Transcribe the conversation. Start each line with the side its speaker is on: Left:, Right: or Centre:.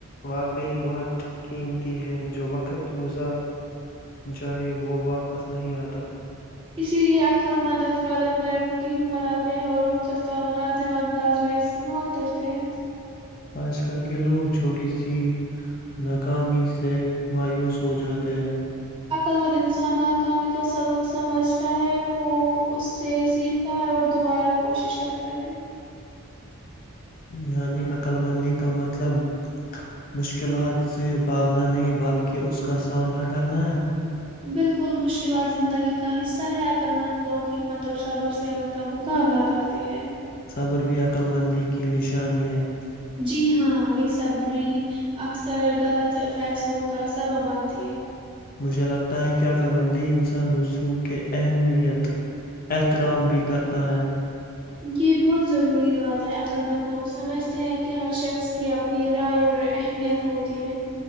Left: واقعی بہت قیمتی ہے جو وقت گزار جائے وہ واپس نہیں آتا
Right: اسی لیے عقل مند افراد اپنا روٹین بناتے ہیں اور وقت کا مناظم انداز میں استعمال کرتے ہیں
Left: آج کل کے لوگ چھوٹی سی ناکامی سے مایوس ہو جاتے ہیں <unintelligible>
Right: <unintelligible>
Left: یعنی عقلمندی کا مطلب مشکلات سے بھاگنا نہیں بلکہ اس کا سامنا کرنا ہے
Right: بالکل مشکلات زندگی کا حصہ ہے عقل مند لوگ ہمت اور صبر سے ان کا مقابلہ کرتے ہیں
Left: صبر بھی عقلمندی کی نشان ہے
Right: جی ہاں بےسبری اکثر غلط فیصلوں کا سبب بنتی ہے
Left: مجھے لگتا ہے کہ عقللمندی انسان دوسروں کے اہمیت احترام بھی کرتا ہے
Right: یہ بہت ضروری بات ہے عقل مند لوگ سمجھتے ہیں کہ ہر شخص کی اپنی رائے اور اہمیت ہوتی ہے